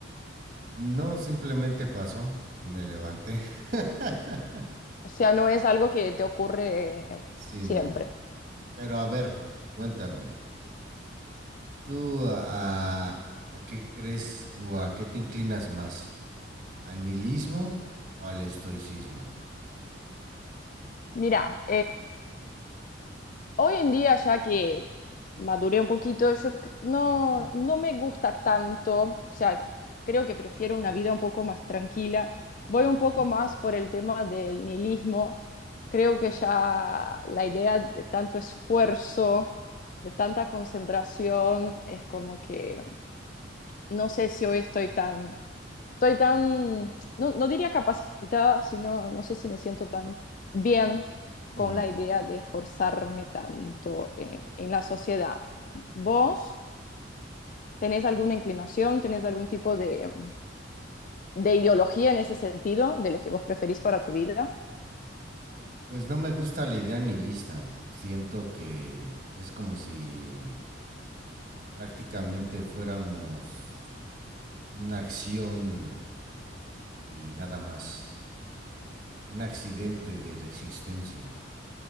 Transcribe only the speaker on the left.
O sea, no es algo que te ocurre eh,
siempre.
Mira, Hoy en día, ya que maduré un poquito, yo c- no,
no me gusta tanto, o sea, creo que prefiero una vida un poco más tranquila. Voy
un poco más por el tema del nihilismo. Creo que ya la idea de tanto esfuerzo, de tanta concentración, es como que no sé si hoy estoy tan estoy tan, no, no diría capacitada, sino no sé si me siento tan bien
con la idea de esforzarme tanto eh, en la sociedad. ¿Vos tenés alguna inclinación, tenés algún tipo de, de ideología en ese sentido, de lo que vos preferís para tu vida?